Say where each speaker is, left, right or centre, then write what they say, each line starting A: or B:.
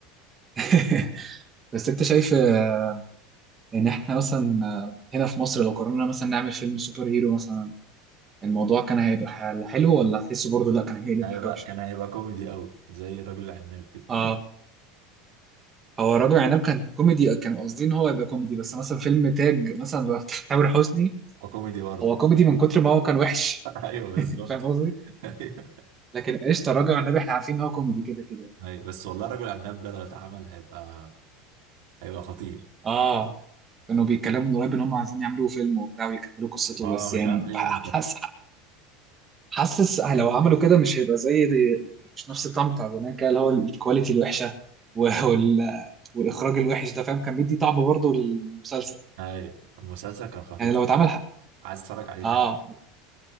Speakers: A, on the right; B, on the right.
A: <laughs> بس انت شايف آه، ان احنا مثلا آه، هنا في مصر لو قررنا مثلا نعمل فيلم سوبر هيرو مثلا الموضوع كان هيبقى ح- حلو ولا تحسه برضه لا كان هيقلب
B: هيبقى
A: حاجه وحشه
B: كان هيبقى كوميدي قوي زي الرجل العناب كده
A: اه هو الراجل عناب كان كوميدي كان قصدي ان هو يبقى كوميدي بس مثلا فيلم تاج مثلا بتاع تامر حسني
B: وكوميدي برضه
A: هو كوميدي من كتر ما هو كان وحش
B: <laughs> ايوه بالظبط
A: <laughs> فاهم
B: <laughs>
A: قصدي
B: ايوه
A: لكن قشطه الراجل والنبي احنا عارفين ان هو كوميدي كده كده
B: ايوه بس والله الرجل العناب ده لو اتعمل هيبقى هيبقى خطير
A: اه كانوا بيتكلموا من قريب ان هم عايزين يعملوا فيلم وبتاع ويكملوا قصته
B: اه
A: بس يعني
B: مش عارف
A: بح-
B: ليه
A: حاسس حاسس لو عملوا كده مش هيبقى زي دي مش نفس الطعم بتاع زمان كده اللي هو الكواليتي الوحشه و- وال... والاخراج الوحش ده فاهم كان بيدي طعم برضه للمسلسل
B: اي المسلسل كان خطير
A: يعني لو اتعمل حق.
B: عايز اتفرج عليه
A: اه
B: تاني